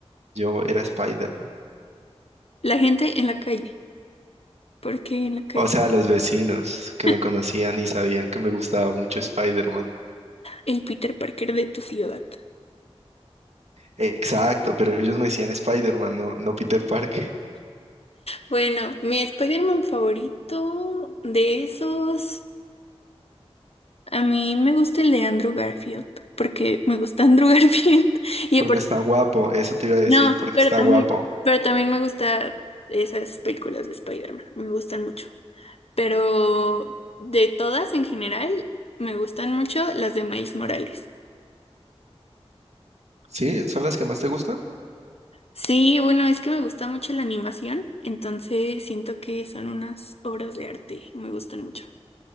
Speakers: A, on the right (about 85°); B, on the left (about 65°).
A: yo era Spider-Man.
B: La gente en la calle. ¿Por qué en la calle?
A: O sea, los vecinos que
B: <laughs>
A: me conocían y sabían que me gustaba mucho Spider-Man.
B: El Peter Parker de tu ciudad.
A: Exacto, pero ellos me decían Spider-Man, no, no Peter Parker,
B: Bueno, mi Spider-Man favorito de esos. A mí me gusta el de Andrew Garfield, porque me gusta Andrew <laughs> Garfield. Y
A: porque
B: aparte,
A: está guapo, eso te iba a decir,
B: no,
A: porque
B: pero
A: está
B: también,
A: guapo.
B: pero también me gusta esas películas de Spider-Man, me gustan mucho. Pero de todas en general, me gustan mucho las de Miles Morales.
A: ¿Sí? ¿Son las que más te gustan?
B: Sí, bueno, es que me gusta mucho la animación, entonces siento que son unas obras de arte y me gustan mucho.